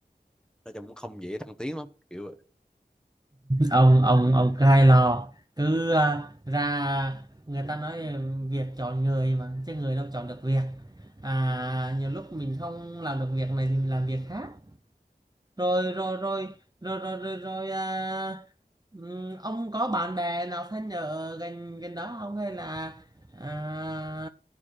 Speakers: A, in the centre; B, on the right.
A: nói chung cũng không dễ thăng tiến lắm kiểu vậy.
B: ông ông ông cứ hay lo cứ à, ra người ta nói việc chọn người mà chứ người đâu chọn được việc à nhiều lúc mình không làm được việc này thì mình làm việc khác rồi rồi rồi rồi rồi rồi, rồi à, ừm, ông có bạn bè nào thân ở gần gần đó không hay là à,